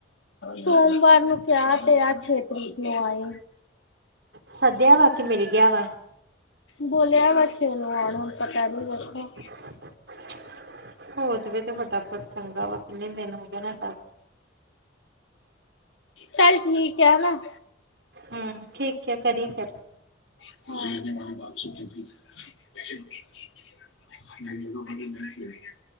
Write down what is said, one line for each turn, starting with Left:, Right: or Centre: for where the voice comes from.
Left: ਸੋਮਵਾਰ ਨੂੰ ਕਿਹਾ ਤੇ ਆ ਛੇਤੀ ਆਈ।
Right: ਸੱਦਿਆ ਵਾ ਕਿ ਮਿਲ ਗਿਆ ਵਾ
Left: ਬੋਲ ਅਛੇ ਉਹਨ ਆਣ ਪਤਾ ਨਹੀਂ ਵੇਖੋ।
Right: <inaudible> ਹੋ ਜਾਵੇ ਤੇ ਵੱਡਾ ਚੰਗਾ ਵਾ ਕਿੰਨੇ ਦਿਨ ਹੋਗੇ ਨੇ।
Left: ਚੱਲ ਠੀਕ ਹੈ ਹਨਾ।
Right: ਹੁੰ ਠੀਕ ਹੈ ਕਰੀ ਫਿਰ।
Left: <unintelligible> <unintelligible>